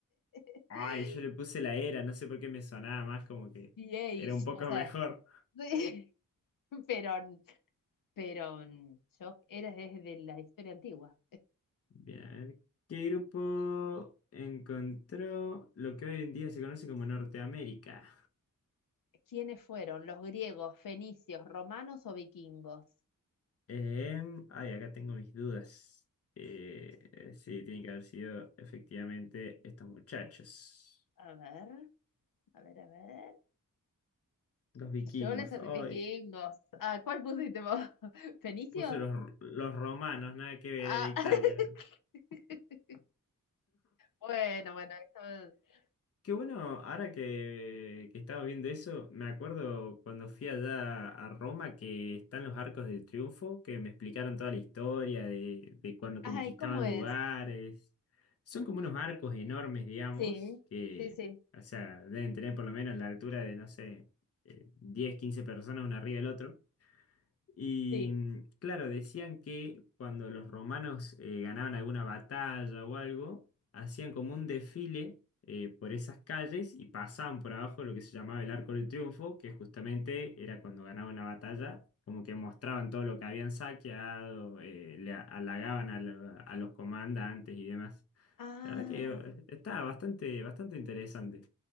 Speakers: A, on the left; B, on the left.
A: <laughs>
B: Ay, yo le puse la era, no sé por qué me sonaba más como que
A: VAs,
B: era un poco
A: o sea,
B: mejor.
A: <laughs> pero, pero yo era desde la historia antigua.
B: Bien, a ver, ¿qué grupo encontró lo que hoy en día se conoce como Norteamérica?
A: ¿Quiénes fueron? ¿Los griegos, fenicios, romanos o vikingos?
B: Em, ay, acá tengo mis dudas. Eh, eh, sí, tiene que haber sido efectivamente estos muchachos,
A: A ver, a ver, a ver.
B: los vikingos.
A: Yo les
B: Ay,
A: de vikingos. Ah, ¿cuál pusiste vos? <laughs> ¿Fenicio?
B: puse los, los romanos, nada que ver,
A: Ah,
B: era Italia.
A: <laughs> bueno, bueno. eso es-
B: Qué bueno, ahora que, que estaba viendo eso, me acuerdo cuando fui allá a Roma que están los Arcos del Triunfo, que me explicaron toda la historia de, de cuando
A: Ay,
B: conquistaban
A: ¿cómo es?
B: lugares. Son como unos arcos enormes, digamos,
A: Sí,
B: que,
A: sí, sí,
B: o sea, deben tener por lo menos la altura de, no sé, eh, 10, 15 personas uno arriba del otro. Y
A: sí.
B: mm, claro, decían que cuando los romanos eh, ganaban alguna batalla o algo, hacían como un desfile eh, por esas calles y pasaban por abajo lo que se llamaba el Arco del Triunfo, que justamente era cuando ganaban una batalla, como que mostraban todo lo que habían saqueado, eh, le a- halagaban a, lo- a los comandantes y demás.
A: Ah,
B: La verdad que eh, estaba bastante, bastante interesante.